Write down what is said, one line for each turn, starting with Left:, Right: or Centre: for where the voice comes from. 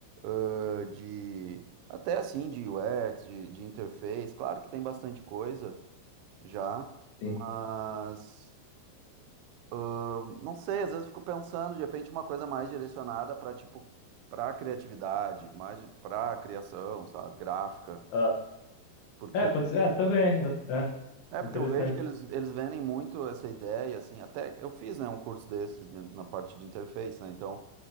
Right: ah, de até assim de UX, de, de interface, claro que tem bastante coisa já,
Left: sim.
Right: mas ah, não sei, às vezes eu fico pensando, de repente uma coisa mais direcionada para tipo para criatividade, mais para criação, sabe, gráfica,
Left: Ah,
Right: porque
Left: é, pode ser, é, também, eu- é,
Right: É
Left: interessante.
Right: porque eu vejo que eles, eles vendem muito essa ideia, assim, até eu fiz, né, um curso desses né, na parte de interface, né, então